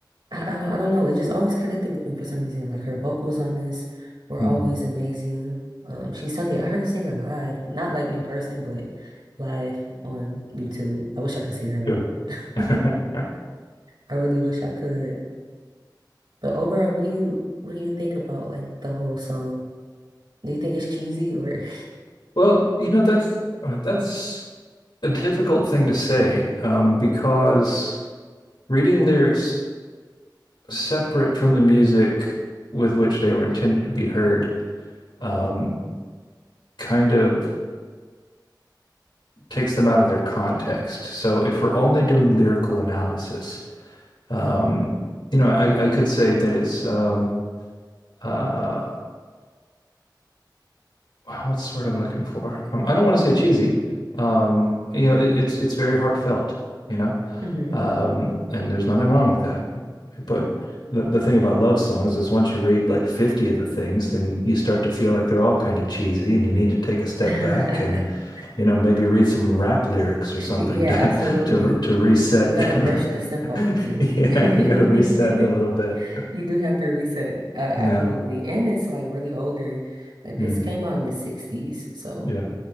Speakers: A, on the right; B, on the left.
A: I, I don't I don't know. It just always connected with me for some reason. Like her vocals on this were
B: Hmm.
A: always amazing. Um, she sung it. I heard her sing it live, not like in person, but live on YouTube. I wish I could see her live.
B: Sure.
A: <laughs>
B: <laughs>
A: I really wish I could. But overall, what do you what do you think about like the whole song? Do you think it's cheesy or?
B: Well, you know, that's uh, that's a difficult thing to say um, because reading lyrics separate from the music with which they were intended to be heard um, kind of takes them out of their context. So if we're only doing lyrical analysis, um, you know, I, I could say that it's um, uh, uh, what's the word I'm looking for? Um, I don't want to say cheesy. Um, you know, it, it's it's very heartfelt, you know,
A: <laughs> hmm
B: um, and there's nothing wrong with that. But the the thing about love songs is once you read like 50 of the things, then you start to feel like they're all kind of cheesy, and you need to take a step
A: <laughs>
B: back and, you know, maybe read some rap lyrics or something
A: Yeah,
B: <laughs> to
A: absolutely.
B: to to
A: You,
B: reset.
A: you you gotta brush
B: <laughs>
A: the simp off
B: Yeah,
A: of you. <laughs>
B: you got to reset a little bit.
A: You do have to reset. Uh, absolutely.
B: Yeah.
A: And it's like really older. Like
B: Mm.
A: this came out in the 60s. So
B: yeah.